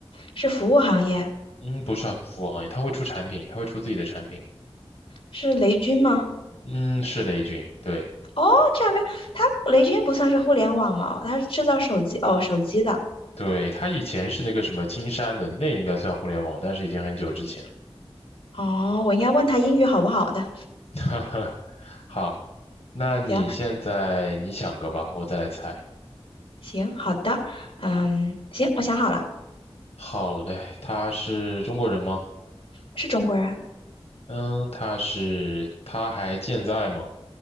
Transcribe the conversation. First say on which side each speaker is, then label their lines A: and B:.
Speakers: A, on the left; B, on the left.
A: 是服务行业，
B: 嗯，不是服务行业，他会出产品，他会出自己的产品，
A: 是雷军吗？
B: 嗯，是雷军，对
A: 哦，这样呗，他雷军不算是互联网吗？他是制造手机，哦，手机的，
B: 对，他以前是那个什么金山的，那应该算互联网，但是已经很久之前了，
A: 哦，我应该问他英语好不好的。
B: <laughs> 哈哈，好，那你现在你想个吧，
A: 行
B: 我再来猜。
A: 行，好的，嗯，行，我想好了，
B: 好嘞，他是中国人吗？
A: 是中国人，
B: 嗯，他是，他还健在吗？